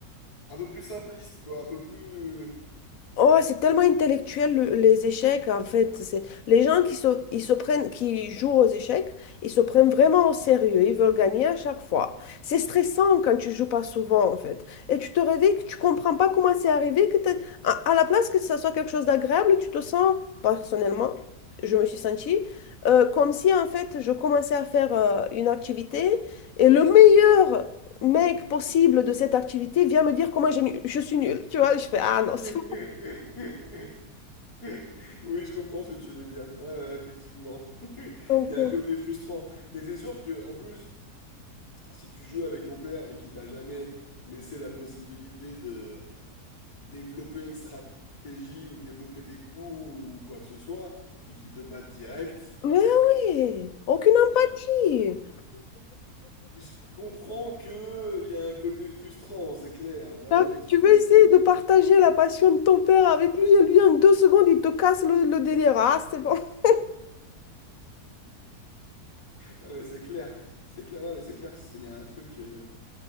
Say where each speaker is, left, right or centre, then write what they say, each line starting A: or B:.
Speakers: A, on the left; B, on the left.
A: un peu plus simpliste, quoi, un peu plus...
B: Oh, c'est tellement intellectuel le- les échecs en fait. C'est les gens qui se, ils se prennent, qui jouent aux échecs, ils se prennent vraiment au sérieux. Ils veulent gagner à chaque fois. C'est stressant quand tu joues pas souvent en fait. Et tu te réveilles que tu comprends pas comment c'est arrivé que t'es- à, à la place que ça soit quelque chose d'agréable, tu te sens personnellement, je me suis sentie euh, comme si en fait je commençais à faire euh, une activité et le meilleur mec possible de cette activité vient me dire comment je, je suis nulle. Tu vois, je fais ah non
A: <laughs>
B: c'est
A: Oui, je comprends ce que tu veux dire. Ouais, ouais, effectivement. <laughs>
B: Donc,
A: Il y a
B: euh,
A: un côté frustrant. Mais c'est sûr que, en plus, si tu joues avec ton père et qu'il t'a jamais laissé la possibilité de développer une stratégie ou développer des coups ou quoi que ce soit, et qu'il te batte direct,
B: mais oui, aucune
A: je,
B: empathie.
A: je comprends que il y a un côté frustrant, c'est clair. Bah
B: Là,
A: oui, tu
B: tu
A: m'étonnes.
B: veux essayer de partager la passion de ton père avec lui et lui en deux secondes il te casse le, le délire. Ah, c'est bon. <laughs>
A: Non mais c'est clair, c'est clair, non mais c'est clair que c'est- il y a un truc. euh,